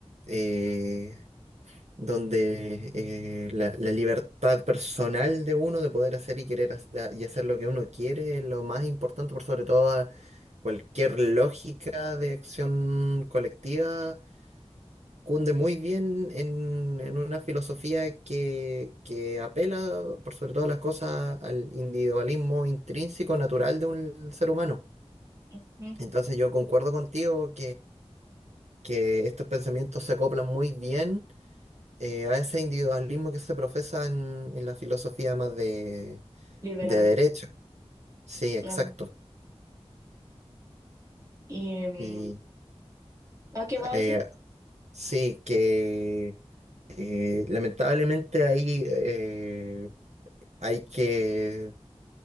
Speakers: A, on the right (about 90°); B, on the right (about 30°).
A: eh, donde eh, la, la libertad personal de uno de poder hacer y querer hac- y hacer lo que uno quiere es lo más importante, por sobre todo a cualquier lógica de acción colectiva. Cunde muy bien en, en una filosofía que, que apela, por sobre todas las cosas, al individualismo intrínseco, natural de un ser humano.
B: ujú,
A: Entonces yo concuerdo contigo que estos pensamientos se acoplan muy bien eh, a ese individualismo que se profesa en, en la filosofía más de,
B: Liberal,
A: de derecha. Sí, exacto.
B: claro. Y, mm,
A: Y
B: ¿a qué va
A: eh,
B: a decir?
A: sí, que eh, lamentablemente ahí eh, hay que